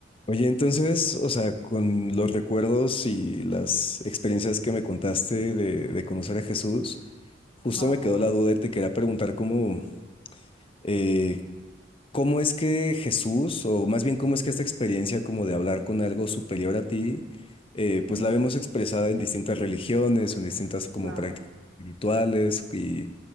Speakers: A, on the left (about 30°); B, on the right (about 80°).
A: Oye, entonces, o sea, con los recuerdos y las experiencias que me contaste de, de conocer a Jesús, justo
B: Ajá,
A: me quedó la duda y te quería preguntar cómo, eh, ¿Cómo es que Jesús, o más bien cómo es que esta experiencia como de hablar con algo superior a ti, eh, pues
B: ujú,
A: la vemos expresada en distintas religiones, o en distintas como
B: claro,
A: prácticas espirituales, y,